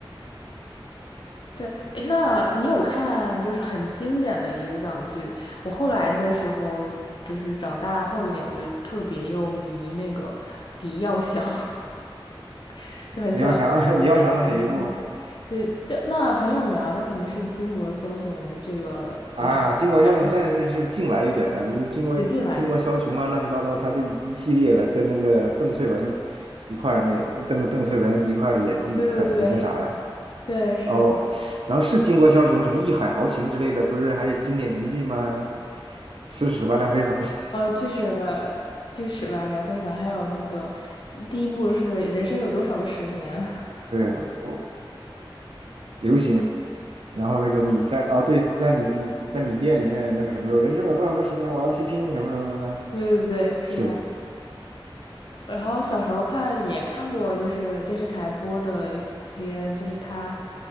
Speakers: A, on the left; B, on the right.
A: 对，诶那你有看就是很经典的一个港剧？我后来的时候，就是长大后一点，我就特别又迷那个李耀祥，<laughs> 就很喜欢看他的演技。
B: 李耀祥 <laughs> 李耀祥的哪一部啊？
A: <laughs> 就就那很有名啊，那肯定是巾帼枭雄这个梁
B: 啊，巾帼枭雄，
A: 梁子
B: 但是是近来一点的，你巾帼巾帼枭雄啊，
A: 引进来的。
B: 乱七八糟，他这一一系列的跟那个邓萃雯一块儿那邓邓萃雯一块儿的演技很那啥呀，
A: 对对对对，是的。
B: 然后然后是巾帼枭雄，什么义海豪情之类的，不是还有经典名句吗？吃屎吧，梁非凡。<laughs>
A: 呃，其实吧，其实吧，梁非凡，还有那个第一部是《人生有多少个十年》。<laughs>
B: 对，我流行，然后那个米在哦，对，在米在米店里面那个什么时候，人生有多少个十年，我要去拼什么什么的，
A: 对对对，是这样。
B: 是
A: 然后小时候看也看过，就是电视台播的一些，就是他